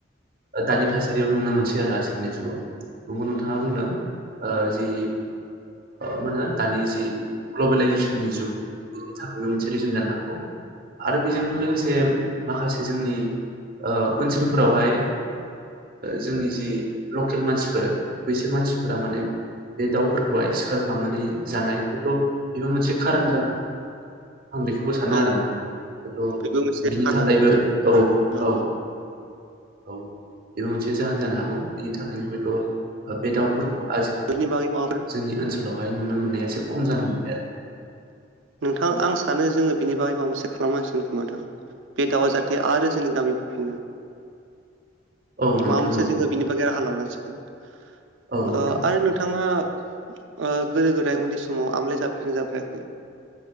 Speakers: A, on the right (about 50°); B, on the right (about 75°).
A: दानि थासारियाव नुनो मोनसै आरो आथिखालनि जुगाव नंगौ नोंथाङा बुंदों ओ जि मा होनो दानि जि ग्लबेलाइजेसननि जुग बेनि थाखायबो मोनसे रिजन जानो हागौ आरो बेजों लोगोसे माखासे जोंनि ओ ओनसोलफोरावहाय जोंनि जि लकेल मानसिफोर बैसोर मानसिफोरा माने बे दाउफोरखौहाय सिखार खालामनानै जानाय हयथ' बेबो मोनसे खारन जानो हागौ आं बेखौबो सानो
B: औ
A: आरो माने हयथ'
B: बेबो मोनसे
A: बिनि
B: फानजानो
A: थाखायबो औ औ
B: हागौ
A: औ औ बेबो मोनसे जाहोन जानो हागौ बेनि थाखायनो हयथ' बे दाउफोर आजिखालि
B: बेनि बागै माबाफोर
A: जोंनि ओनसोलाव बेहाय नुनो मोननाया एसे खम जानो हमबाय आरो
B: नोंथां आं सानो जोङो बिनि बागै माबा मोनसे खालामनांसिगोन खोमादों बे दाउआ जाहाथे आरो जोंनि गामियाव फैफिनो
A: औ नोंथां
B: माबा मोसे
A: औ
B: जोंङो बिनि बागोय राहा लानां सिगोन ओ
A: औ नोंथां
B: आरो नोंथाङा ओ गोदो - गोदाय उन्दै समाव आमलाय जाफेदोंना जाफेरायाखै